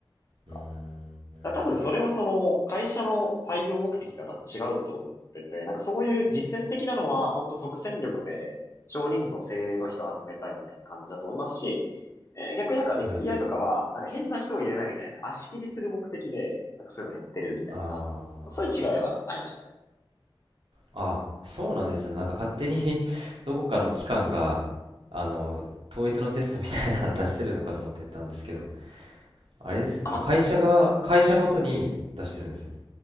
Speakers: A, on the left (about 35°); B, on the right (about 75°).
A: なんか
B: うーん。
A: だから多分それはその会社の採用目的が多分違うと思ってて、なんかそういう実践的なのは本当即戦力で少人数の精鋭の人を集めたいみたいな感じだと思いますし、えー逆になんか
B: はい。
A: SPI とかはなんか変な人を入れないみたいな足切りする目的でなんかそういうのやってるみたいな、
B: ああ。
A: そういう違いはありましたね。
B: あ、そうなんですね。なんか勝手に <laughs> どこかの機関が、あの、統一のテストみたいなの出してるのかと思ってたんですけど、あれですね。
A: あ、まあ、
B: あ、会社が、会社ごとに出してるんですよね。